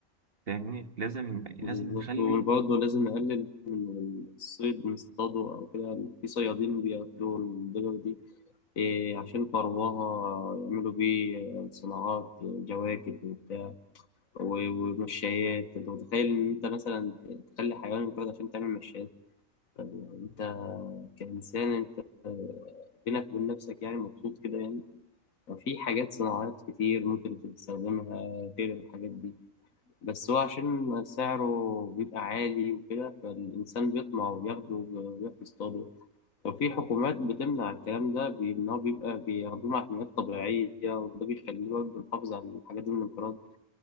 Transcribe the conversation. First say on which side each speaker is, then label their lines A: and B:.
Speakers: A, on the right; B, on the left.
A: فاهمني لازم لازم
B: بالظبط
A: نخلي
B: وبرضه لازم نقلل من الصيد نصطاده او كده في صيادين بياخدوا الدجاجة دي إيه عشان فرواها يعملوا بيه صناعات جواكت و- ومشايات انت متخيل ان انت مثلا تخلي حيوان يتولد عشان تعمل مشايات طب يعني انت كإنسان انت آه، بينك وبين نفسك يعني مبسوط كده يعني في حاجات صناعات كتير ممكن تستخدمها غير الحاجات دي بس هو عشان سعره بيبقى عالي وكده فالإنسان بيطمع وبياخده وبيروح يصطاده وفي حكومات بتمنع الكلام ده بيمنعه بيبقى بياخدوه مع حملات طبيعية وده بيخليه برضه يحافظ على الحاجات دي من الانقراض